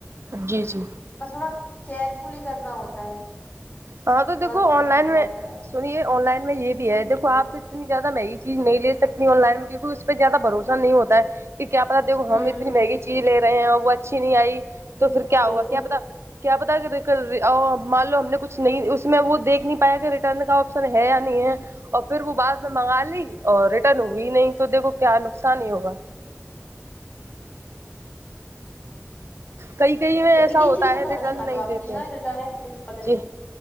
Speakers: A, on the right (about 80°); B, on the left (about 35°).
A: جی جی
B: بس تھوڑا کیئرفلی کرنا ہوتا ہے
A: ہاں تو
B: تھوڑا
A: دیکھو
B: دھیان
A: آن لائن
B: رکھنا
A: میں
B: ہوتا ہے
A: سنیئے آن لائن میں یہ بھی ہے
B: ہ
A: دیکھو آپ اتنی زیادہ مہنگی چیز نہیں لے سکتی آن لائن میں کیونکہ اس پہ زیادہ بھروسہ نہیں ہوتا ہے کہ کیا پتا دیکھو
B: ہ ہ ہ
A: ہم اتنی مہنگی
B: ہ
A: چیز لے رہے ہیں وہ اچھی نہیں آئی
B: بالکل
A: تو پھر کیا
B: بالکل
A: ہوا کیا پتا کیا بتا کر رہ مان لو ہم نے کچھ نہیں اس میں وہ دیکھ نہیں پایا کہ ریٹرن کا آپشن ہے یا نہیں ہے اور پھر وہ بعد میں منگا لی اور ریٹرن ہوئی نہیں تو دیکھو کیا نقصان ہی ہوگا کئی کہیں میں ایسا
B: یہ
A: ہوتا
B: چیز مطلب
A: ہے
B: ہونا
A: ریٹرن
B: چاہیے ہمارے
A: نہیں
B: آپ
A: دیتے
B: کی نا
A: ہیں
B: ریٹرن ایکسچینج والے
A: جی